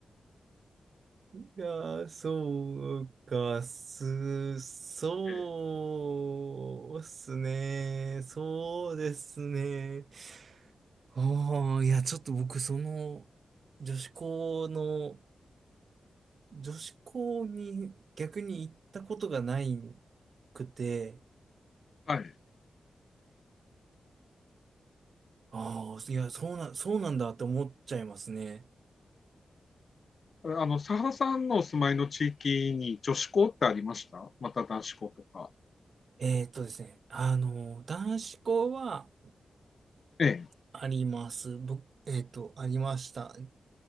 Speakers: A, on the right; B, on the left.
A: いやー、そうか、す、そうっすね。
B: <laughs>
A: そうですね。ああ、いや、ちょっと僕、その、女子校の、女子校に逆に行ったことがないくて、
B: はい。
A: ああ、いや、そうな、そうなんだって思っちゃいますね。
B: あの、佐原さんのお住まいの地域に女子校ってありましたまた男子校とか。
A: えーっとですね、あの、男子校は
B: ええ、
A: あります。僕、えーっと、ありました。